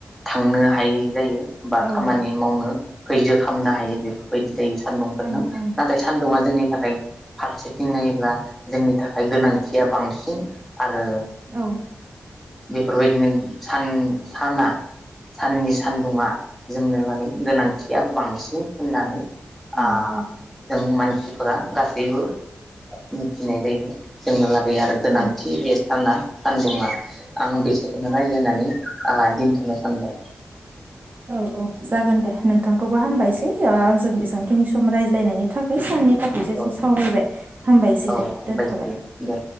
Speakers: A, in the centre; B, on the right (about 45°).
A: थांनो हायै जायो। बा
B: औ
A: खामानि मावनो सैजो खालामनो हायि बेफोरबायदि जायो सान्दुंफोरजों
B: औ औ
A: नाथाय सान्दुंङा जोंनि नि थाखाय फारसेथिं नायोब्ला जोंनि थाखाय गोनांथिया बांसिन आरो
B: औ
A: बेफोरबायदिनो सान साना साननि सान्दुङा जोंनो लागै गोनांथिया बांसिन होननानै
B: औ
A: आ जों मान सिफोरा गासैबो मिथिनाय जायो जोंनो ला गैया आरो गोनांथि
B: औ
A: बे साना सानदुंङा आं बिसोरखौनो रायलायनानै ओ दोनथ' नो सानबाय
B: औ औ जागोन दे नोंथांखौबो हामबायसै ओ जों बेसेबांखिनि सम रायज्लायनायनि थाखाय साननि <unintelligible>
A: औ
B: सावरायबाय हामबायसै
A: औ
B: दे
A: हामबायसै
B: दोनथ'बाय।
A: दे